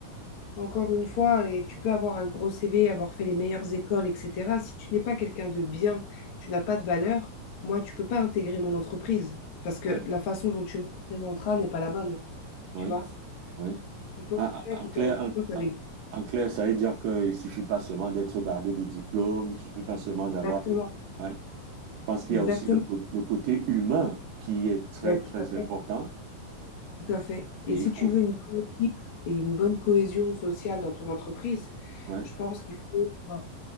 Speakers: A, on the left; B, on the right.
A: Encore une fois, et tu peux avoir un gros CV, avoir fait les meilleures écoles, etc. Si tu n'es pas quelqu'un de bien, tu n'as pas de valeur, moi, tu peux pas intégrer mon entreprise parce que
B: Ouais,
A: la façon dont tu me présenteras n'est pas la bonne,
B: ouais,
A: tu vois.
B: ouais.
A: Il faut
B: Ah,
A: quelqu'un
B: ah,
A: qui
B: En clair,
A: te représente
B: en,
A: avec...
B: en- en clair, ça veut dire qu'il ne suffit pas seulement d'être bardé de diplôme, il ne suffit pas seulement d'avoir
A: Exactement,
B: des- ouais. Je pense qu'il
A: exactement.
B: y a aussi le, cô- le côté humain qui est très
A: Ouais, Tout
B: très
A: à
B: important
A: fait, tout à fait. Et
B: et
A: si
B: il faut
A: tu veux une bonne équipe et une bonne cohésion sociale dans ton entreprise,
B: ouais,
A: je pense qu'il faut euh,